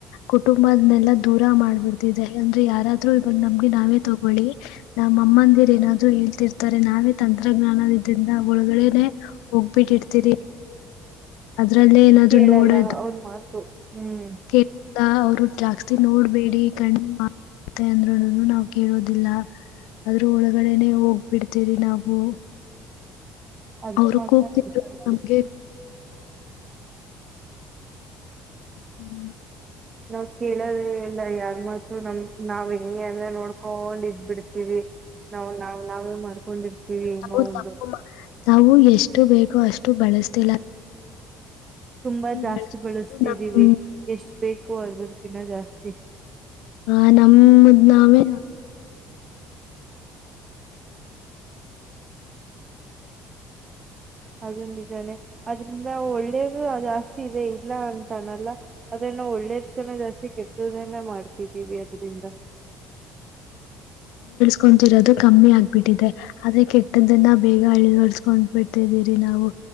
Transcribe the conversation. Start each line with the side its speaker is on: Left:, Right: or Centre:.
Left: ಕುಟುಂಬದ್ನೆೆಲ್ಲ ದೂರ ಮಾಡ್ಬಿಡ್ತಿದೆ ಅಂದ್ರೆ ಯಾರಾದ್ರು ಇವಾಗ ನಮ್ಗೆ ನಾವೇ ತಗೊಳ್ಳಿ ನಮ್ ಅಮ್ಮಂದಿರ್ ಏನಾದ್ರು ಹೇಳ್ತಿರ್ತಾರೆ ನಾವೇ ತಂತ್ರಜ್ಞಾನದ್ ಇದ್ರಿಂದ ಒಳಗಡೆನೆ ಹೋಗ್ಬಿಟ್ಟಿರ್ತೀರಿ ಅದ್ರಲ್ಲೇ ಏನಾದ್ರು
Right: ಕೇಳಲ್ಲ
Left: ನೋಡದು
Right: ಅವ್ರ ಮಾತು ಹ್ಮ್
Left: ಕ್ಕೆ ಅವ್ರು ಜಾಸ್ತಿ ನೋಡ್ಬೇಡಿ ಕಣ್ಣ್ ಮಾ ತ್ತೆ ಅಂದ್ರೂನುನು ನಾವ್ ಕೇಳೋದಿಲ್ಲ ಆದ್ರೂ ಒಳಗಡೆನೆ ಹೋಗ್ಬಿಡ್ತರಿ ನಾವು.
Right: ಅದು
Left: ಅವರು
Right: ಮಾತ್ರ
Left: ಕೂಗ್ತಿದ್ರು
Right: ನಿಜ ನೋಡಿ
Left: ನಮ್ಗೆ <unintelligible>
Right: ನಾವ್ ಕೇಳದೆ ಇಲ್ಲ ಯಾರ್ ಮಾತು ನಮ್ ನಾವ್ ಹೆಂಗೆ ಅಂದ್ರೆ ನೋಡ್ಕೊಂಡ್ ಇದ್ ಬಿಡ್ ತಿವಿ ನಾವು ನಾವು ನಾವೇ ಮಾಡ್ಕೊಂಡಿರ್ತೀವಿ ಏನೋ
Left: ನಾವು
Right: ಒಂದು.
Left: ತಪ್ಪು ನಾವು ಎಷ್ಟು ಬೇಕೋ ಅಷ್ಟು ಬಳಸ್ತಿಲ್ಲ
Right: ತುಂಬಾ ಜಾಸ್ತಿ
Left: ಬಳಸ್ಕೊಂಡು
Right: ಬಳಸ್ತಿದೀವಿ
Left: ನಮ್
Right: ಎಷ್ಟ ಬೇಕು ಅದಕಿನ್ನ ಜಾಸ್ತಿ ಹ
Left: ಹ ನಮ್ಮದ್ ನಾವೇ
Right: ಅದ ನಿಜಾನೆ ಅದ್ರಿಂದ ಒಳ್ಳೇದು ಅ ಬಸ ಇದೆ ಇಲ್ಲ ಅಂತಾನಲ್ಲ ಅದನ್ನ ಒಳ್ಳೇದ್ನ ಜಾಸ್ತಿ ಕಟ್ಟ <inaudible> ಈವ್ ನೆಯಲ್ಲ ಮಾಡು ಿತಿ ಬದು ತಿ <inaudible>
Left: ಕೊಂತಿರೋದು ಕಮ್ಮಿ ಆಗ್ಬಿಟ್ಟಿದೆ ಅದೇ ಕೆಟ್ಟದ್ದನ್ನ ಬೇಗ ಅಳಿಗಡ್ಸ್ಕೊಂಡ್ ಬಿಡ್ತಿದ್ದೀರಿ ನಾವು